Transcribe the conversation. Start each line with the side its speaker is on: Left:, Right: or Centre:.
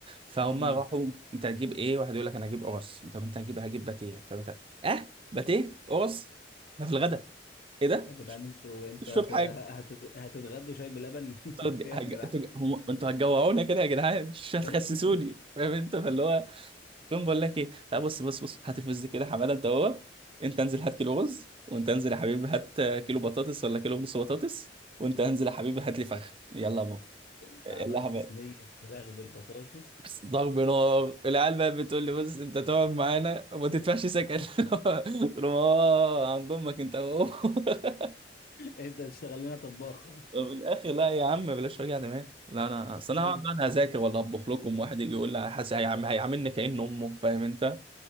Right: فهم
Left: مم.
Right: راحوا انت هتجيب ايه واحد يقول لك انا هجيب قرص طب انت هتجيب هجيب باتيه طب انت اه باتيه قرص ده في الغدا ايه ده
Left: يا جدعان انتوا انتوا
Right: مش فاهم
Left: هت-
Right: حاجه
Left: هتت- هتتغدوا شاي بلبن <laughs>
Right: انتوا هتج-
Left: يا
Right: هج-
Left: جدعان
Right: انتوا هم- انتوا هتجوعونا كده يا جدعان <laughs> مش هتخسسوني
Left: <laughs>
Right: فاهم انت فاللي هو تقوم بقول لك ايه لا بص بص بص هات الفلوس دي كده يا حماده انت هو انت انزل هات كيلو رز وانت انزل يا حبيبي هات كيلو بطاطس ولا كيلو ونص بطاطس وانت انزل يا حبيبي هات لي فخذ يلا يا بابا
Left: انت
Right: يلا
Left: عملت
Right: يا حماد
Left: صينية فراخ بالبطاطس
Right: بس ضرب نار العيال بقى بتقول لي بص انت تقعد معانا وما تدفعش سكن <laughs> قلت لهم اه عند امك انت اهو <laughs>
Left: انت تشتغل لنا طباخ
Right: من الاخر لا يا عم بلاش وجع دماغ لا انا اصل
Left: <laughs>
Right: انا
Left: ايوه
Right: هقعد بقى انا اذاكر ولا اطبخ لكم واحد يجي يقول لي حاسس هيعم- هيعاملني كأن امه فاهم انت